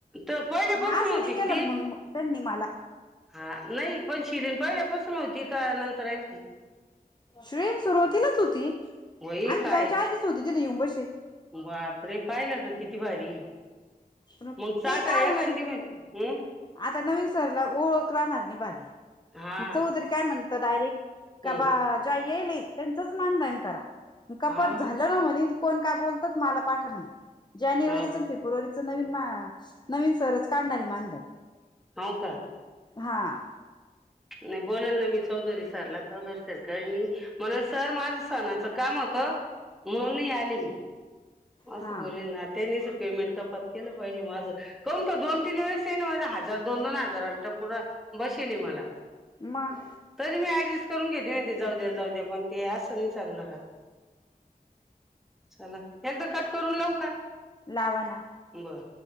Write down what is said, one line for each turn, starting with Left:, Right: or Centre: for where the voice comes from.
Centre: तर पहिल्यापासून
Left: म असं
Centre: होती
Left: नाही केलं
Centre: का ती
Left: ना मग मग त्यांनी मला.
Centre: हा. नाही पण शिरीन पहिल्यापासून होती का नंतर आलती?
Left: श्रेन सुरुवातीलाच होती.
Centre: होई
Left: आमी
Centre: काय
Left: जायच्या आधीच होती तिथे येऊन बसेल.
Centre: बापरे! पाहिलं ना किती भारीये?
Left: पण
Centre: मंग चहाटळ
Left: ते का
Centre: एखादी
Left: होईल
Centre: म्हण अं?
Left: आता नवीन सरला ओळख राहणार नाही भाबी.
Centre: हा
Left: हि चौधरी काय म्हणतं डायरेक्ट का
Centre: हम्म
Left: बा ज्या येईल त्यांचच मानधन करा. कपात
Centre: हा
Left: झालं ना म्हने कोण काय बोलतात मला पाठा म्हणे. जानेवारीच
Centre: हो
Left: न फेब्रुवारीच च नवीन मा नवीन सरच काढणार आहे मानधन.
Centre: हाऊ का?
Left: हां.
Centre: नाय बोलालय ना मी चौधरी सरला. चौधरी सर काय नही, म्हणल सर माझं सणाच काम होतं, म्हणून आले मी. असं
Left: हा
Centre: बोलले ना. त्यांनीच पेमेंट कपात केलं पाहिजे माझं, कौन का दोन तीन वेळेस तेनी माजा हजार दोन दोन हजाराला टकूरा बसवले मला.
Left: म.
Centre: तरी मी ऍडजस्ट करून घेते ना, जाऊ द्या जाऊ द्या. पण ते असं नाही चालणार अता. चला, एकदा कट करून लाऊ का?
Left: लावा ना.
Centre: बरं.